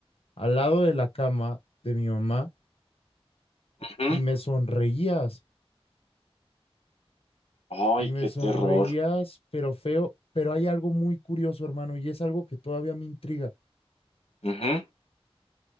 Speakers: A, on the left; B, on the left.
A: al lado de la cama de mi mamá
B: ujú.
A: y me sonreías,
B: Ay,
A: y me
B: qué
A: sonreías,
B: terror.
A: pero feo, pero hay algo muy curioso, hermano, y es algo que todavía me intriga.
B: Ujú,